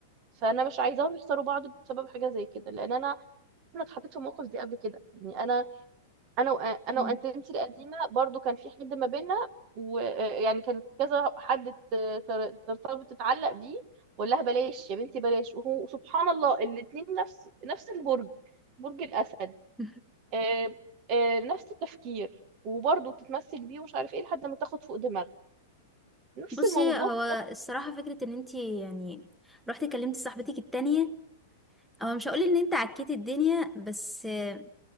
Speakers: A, on the right; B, in the centre.
A: فانا مش عايزاهم يخسروا بعض بسبب حاجه زي كده لان انا انا اتحطيت في الموقف دي قبل كده يعني انا انا وأ- انا
B: مم.
A: وانتمتي القديمه برضو كان في حد ما بينا ويعني كان كذا حد ت- تر- ترتبط تتعلق بيه وقال لها بلاش يا بنتي بلاش وهو سبحان الله الاتنين نفس نفس البرج برج الاسد
B: <laughs>
A: آه، آه، نفس التفكير وبرضه تتمثل بيه ومش عارف ايه لحد ما تاخد فوق دماغها نفس
B: بصي
A: الموضوع
B: هو
A: بالظبط بيكون،
B: الصراحة فكرة ان انتي يعني رحتي كلمتي صاحبتك التانية هو مش هقول ان انت عكيتي الدنيا بس آه،